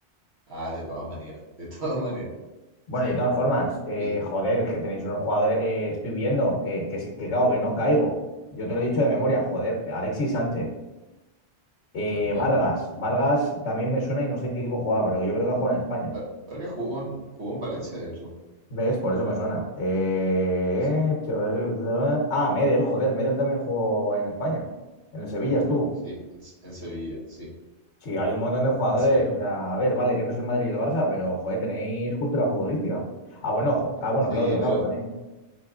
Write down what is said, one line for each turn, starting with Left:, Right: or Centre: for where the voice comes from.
Right: Ah, de todas maneras, de <laughs> todas maneras.
Left: Bueno,
Right: Sí,
Left: y de todas formas, eh,
Right: y
Left: joder, es que tenéis unos jugadores, eh, estoy viendo, eh, que, sí- que claro, que no caigo. Yo te lo he dicho de memoria, joder, Alexis Sánchez, eh,
Right: también.
Left: Vargas, Vargas también me suena y no sé en qué equipo jugaba, pero yo creo que juega en España.
Right: Va- Vargas jugó en, jugó en Valencia, de hecho.
Left: ¿Ves? Por eso me suena. Eh,
Right: Sí.
Left: chaval- Ah, Medel, joder, Medel también jugó en España. En el Sevilla estuvo.
Right: Sí, en, S- en Sevilla, sí,
Left: Sí, hay un montón de jugadores.
Right: en Sevilla.
Left: O sea, a ver, vale, que no es el Madrid y el Barça, pero joder, tenéis cultura futbolística. Ah, bueno, jo- ah, bueno,
Right: Sí,
Left: Claudio Bravo
Right: pero,
Left: también.